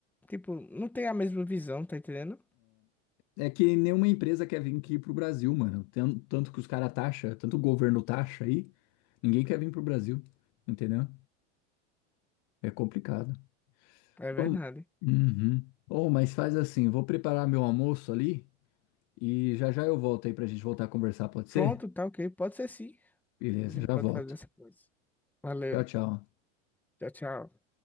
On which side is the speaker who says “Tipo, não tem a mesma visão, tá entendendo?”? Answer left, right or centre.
Centre